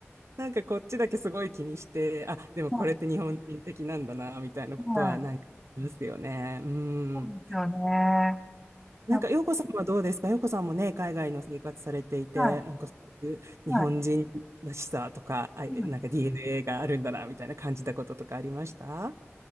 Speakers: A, on the right; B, in the centre.
A: なんかこっちだけすごい気にして、あ、でもこれって日本人的なんだな、
B: は
A: みたいなことはなんかありますよね。
B: い、はい。
A: うん。
B: そうですよね。
A: なんか、
B: や
A: 洋子さんはどうですか洋子さんもね、海外の生活されていて、
B: は
A: なんかそういう日本人らしさとか、
B: い、はい。
A: あ、
B: うん
A: なんか DNA があるんだな、みたいな感じたこととかありました